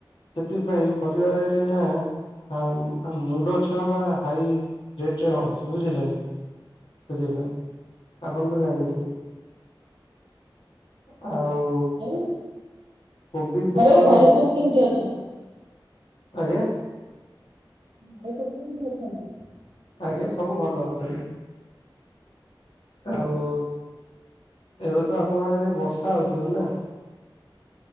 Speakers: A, on the left; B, on the right.
A: ସେଥିପାଇଁ ପରିବାର ରେଟ୍ ଏଇନା ହଁ ମୁଣ୍ଡ ଛୁଆ ବା ହାଇ ରେଟରେ ଅଛି ବୁଝିଲେ ନା। ସେଥିପାଇଁ ଆପଣ ତ ଜାଣିଥିବେ। ଆଉ
B: ଆଉ
A: କୋବି ପୋଟଳ
B: ଘରେ ଘରେ
A: ଏବଂ
B: ସବୁ କେମିତି ଅଛନ୍ତି?
A: ଆଜ୍ଞା।
B: ଘରେ କେମିତି ସବୁ ଅଛନ୍ତି?
A: ଆଜ୍ଞା ସବୁ ଭଲ ଅଛନ୍ତି। ଆଉ ଏବେ ତ ଆପଣ ଏରେ ବର୍ଷା ହେଉଥିବ ନା।